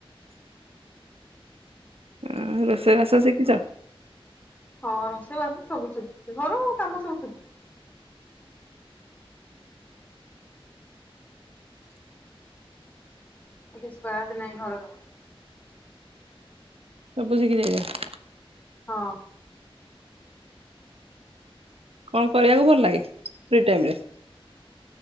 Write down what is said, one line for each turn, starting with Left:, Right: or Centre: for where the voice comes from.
Right: ହଁ ରୋଷେଇବାସ ଶିଖିଛ?
Left: ହଁ ରୋଷେଇବାସ ସବୁ ଶିଖିଛି ଘର କାମ ସବୁ ଶିଖିଛି। ଆଉ କିଛି ବାଦ ନାହିଁ ଘର କାମ।
Right: ସବୁ ଶିଖି ଯାଇଛ।
Left: ହଁ।
Right: କଣ କରିବାକୁ ଭଲ ଲାଗେ ଫ୍ରି ଟାଇମ ରେ?